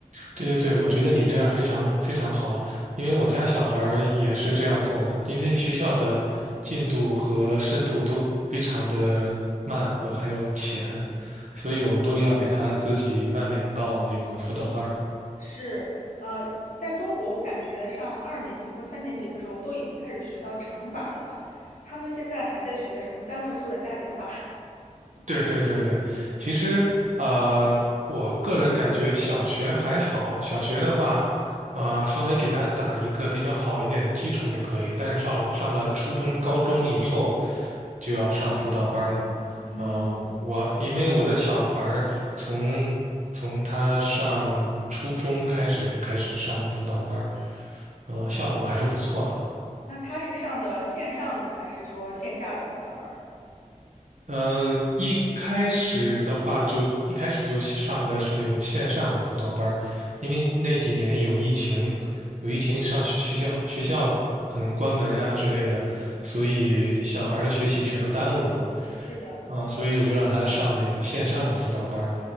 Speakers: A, on the right; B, on the left.
A: 对对对，我觉得你这样非常非常好，因为我家小孩儿也是这样做呢。因为学校的进度和深度都非常的慢，或还有浅，所以我们都要给他自己外面报那个辅导班儿。
B: 是，呃，在中国，我感觉上二年级或者三年级的时候都已经开始学到乘法了吧？他们现在还在学什么三位数的加减法？<laughs>
A: 对对对对，其实呃，我个人感觉小学还好，小学的话，呃，稍微给他打一个比较好一点的基础就可以。但是上上了初中、高中以后，就要上辅导班儿了。
B: 嗯，
A: 呃，我因为我的小孩儿从从他上初中开始就开始上辅导班儿，
B: 是的，是的
A: 呃，效果还是不错的。
B: 那他是上的线上的还是说线下的辅导班儿？
A: 呃，一开始的话就一开始就上的是那种线上的辅导班儿，因为那几年有疫情，有疫情上学学校学校可能关门啊之类的，所以小孩儿的学习全都耽误了
B: 是的，
A: 啊，所以我就让他上那个线上的辅导班儿，